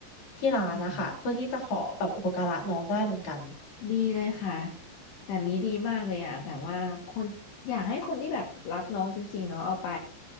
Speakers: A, on the left; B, on the left.
A: ที่ร้านนะคะเพื่อที่จะขอแบบอุปการะน้องได้เหมือนกัน
B: อืม ดีเลยค่ะแบบนี้ดีมากเลยอ่ะแบบว่าคนอยากให้คนที่แบบรักน้องจริงๆเนาะเอาไป